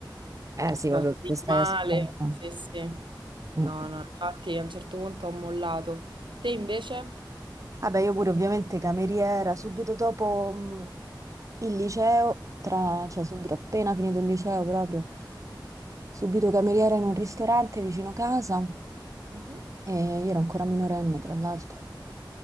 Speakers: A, on the right; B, on the right.
A: Eh sì,
B: va
A: vabbè, se stai
B: male.
A: a scuola. Mm.
B: Sì, sì.
A: mm.
B: No, no, infatti a un certo punto ho mollato. Te invece?
A: Vabbè, io pure ovviamente cameriera, subito dopo mh, il liceo, tra- cioè subito appena finito il liceo proprio, subito cameriera in un ristorante vicino casa
B: Mhm.
A: e io ero ancora minorenne tra l'altro.